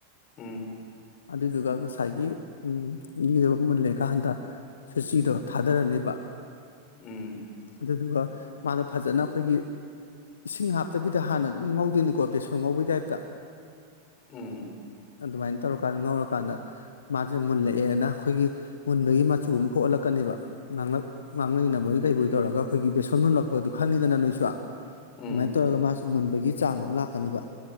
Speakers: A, on the left; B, on the left.
A: ꯎꯝ
B: ꯑꯗꯨꯗꯨꯒ ꯉꯁꯥꯏꯒꯤ ꯎꯝ ꯘꯤꯗꯨ ꯃꯨꯜꯂꯦꯀꯥꯟꯗ ꯁꯨꯆꯤꯗꯣ ꯊꯥꯗꯔꯅꯦꯕ
A: ꯎꯝ
B: ꯑꯗꯨꯗꯨꯒ ꯃꯥꯅ ꯐꯖꯅ ꯑꯩꯈꯣꯏꯒꯤ ꯏꯁꯤꯡ ꯍꯥꯞꯇꯕꯤꯗ ꯍꯥꯟꯅ ꯑꯗꯨꯝ ꯉꯧꯗꯣꯏꯅꯤꯀꯣ ꯕꯦꯁꯣꯟ ꯉꯧꯕꯒꯤ ꯇꯥꯏꯞꯇ
A: ꯎꯝ
B: ꯑꯗꯨꯃꯥꯏꯅ ꯇꯧꯔꯀꯥꯟꯗ ꯉꯧꯔꯀꯥꯟꯗ ꯃꯥꯁꯦ ꯃꯨꯜꯂꯛꯑꯦꯅ ꯑꯩꯈꯣꯏꯒꯤ ꯃꯨꯟꯕꯒꯤ ꯃꯆꯨ ꯑꯃ ꯈꯣꯍꯜꯂꯛꯀꯅꯦꯕ ꯉꯥꯡꯂꯛ ꯉꯥꯡꯅꯅꯕꯒꯤ ꯀꯩꯕꯒꯤ ꯇꯧꯔꯒ ꯑꯩꯈꯣꯏꯒꯤ ꯕꯦꯁꯣꯟ ꯃꯨꯨꯝꯂꯛꯄ ꯑꯗꯨ ꯈꯪꯉꯤꯗꯅ ꯅꯣꯏꯁꯨ ꯑꯗꯨꯃꯥꯏꯅ
A: ꯎꯝ
B: ꯇꯧꯔꯒ ꯃꯥꯁꯨ ꯃꯨꯟꯕꯒꯤ ꯆꯥꯡ ꯑꯃ ꯂꯥꯛꯀꯅꯦꯕ